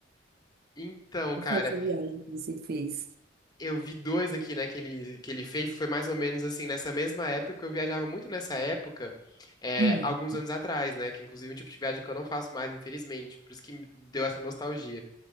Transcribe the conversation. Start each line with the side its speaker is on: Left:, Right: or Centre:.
Left: Então,
Right: Qual
Left: cara.
Right: foi essa viagem que você fez?
Left: Eu vi dois aqui, né, que ele, que ele fez, que foi mais ou menos assim, nessa mesma época, porque eu viajava muito nessa época, é,
Right: Hum.
Left: alguns anos atrás, né, que inclusive é um tipo de viagem que eu não faço mais, infelizmente, por isso que me deu essa nostalgia,